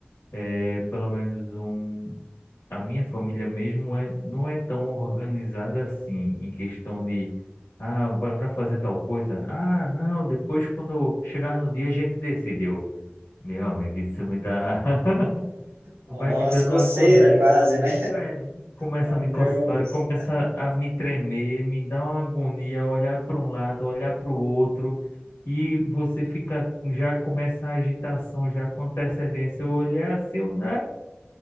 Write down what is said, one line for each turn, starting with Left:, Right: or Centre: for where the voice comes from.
Left: é, pelo menos um, a minha família mesmo é, não é tão organizada assim, em questão de, ah, bora fazer tal coisa. Ah, não, depois quando chegar no dia a gente decidiu. Meu amigo, isso me dá. <laughs>
Right: Ó,
Left: vai me
Right: Umas
Left: dando
Right: coceiras
Left: agonia.
Right: quase, né?
Left: Velho, começa
Right: Tá
Left: a me
Right: nervoso.
Left: coçar, começa a me tremer, me dá uma agonia, olhar para um lado, olhar para o outro, e você fica, já começa a agitação, já com antecedência. Eu olhar assim, eu, né?